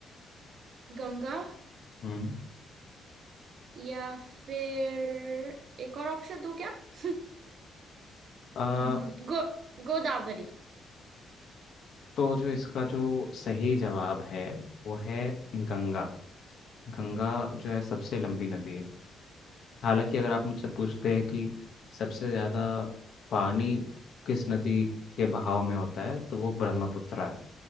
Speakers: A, on the right; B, on the left.
A: गंगा
B: हम्म
A: या फिर एक और ऑप्शन दूं क्या <laughs>
B: अ,
A: अम, गो गोदावरी
B: तो जो इसका जो सही जवाब है वो है गंगा गंगा जो है सबसे लंबी नदी है हालांकि अगर आप मुझसे पूछते हैं कि सबसे ज़्यादा पानी किस नदी के बहाव में होता है तो वो ब्रह्मपुत्र है